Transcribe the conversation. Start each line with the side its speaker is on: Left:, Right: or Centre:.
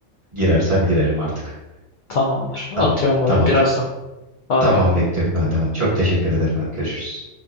Right: girersem girerim artık.
Left: Tamamdır.
Right: Tamam.
Left: Atıyorum
Right: Tamam.
Left: birazdan. Bay
Right: Tamam
Left: bay.
Right: bekliyorum ben de. Çok teşekkür ederim. Hadi görüşürüz.